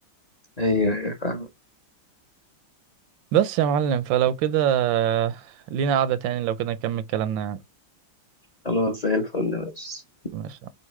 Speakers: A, on the left; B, on the right.
A: ايوه ايوه فاهم
B: بس يا معلم فلو كده لينا قعدة تاني لو كده نكمل كلامنا يعني
A: خلاص زي الفل ماشي
B: ماشي